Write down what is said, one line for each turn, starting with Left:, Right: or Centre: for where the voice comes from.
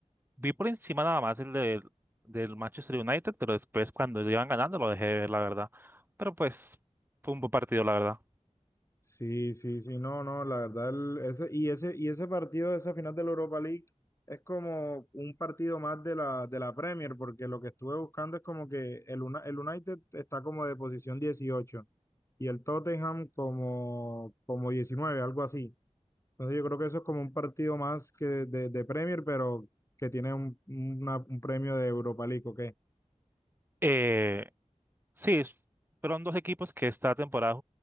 Right: vi por encima nada más el del, del Manchester United, pero después cuando iban ganando lo dejé de ver, la verdad. Pero pues fue un buen partido, la verdad.
Left: Sí, sí, sí, no, no, la verdad, el- ese, y ese, y ese partido de esa final de la Europa League es como un partido más de la, de la Premier, porque lo que estuve buscando es como que el, Una- el United está como de posición 18 y el Tottenham como, como 19, algo así. Entonces yo creo que eso es como un partido más que de, de Premier, pero que tiene un, una- un premio de Europa League, ¿ok?
Right: Eh, Sí, es- fueron dos equipos que esta temporada